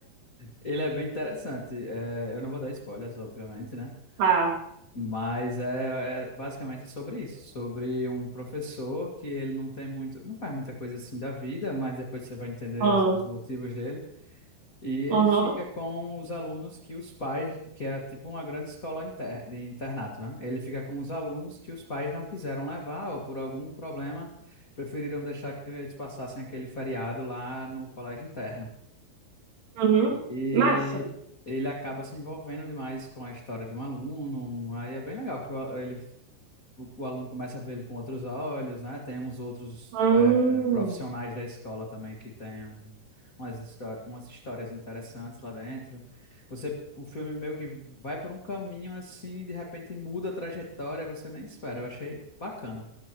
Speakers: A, on the left; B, on the right.
A: ele é bem interessante. É, eu não vou dar spoilers, obviamente, né?
B: Ah,
A: Mas é, é- basicamente é sobre isso, sobre um professor que ele não tem muito, não faz muita coisa assim da vida, mas depois você vai entender
B: ah,
A: os, os motivos dele. E ele
B: aham,
A: fica com os alunos que os pais, que é tipo uma grande escola inter- de internato, né? Ele fica com os alunos que os pais não quiseram levar ou por algum problema preferiram deixar que eles passassem aquele feriado lá no colégio interno.
B: uhum,
A: E,
B: Massa.
A: ele acaba se envolvendo demais com a história de um aluno. Aí é bem legal que o a- ele o, o aluno começa a ver ele com outros olhos, né? Tem uns outros
B: Hum.
A: é, é, profissionais da escola também que têm um- umas, histó- umas histórias interessantes lá dentro. Você, o filme meio que vai por um caminho assim, de repente muda a trajetória, você nem espera. Eu achei bacana.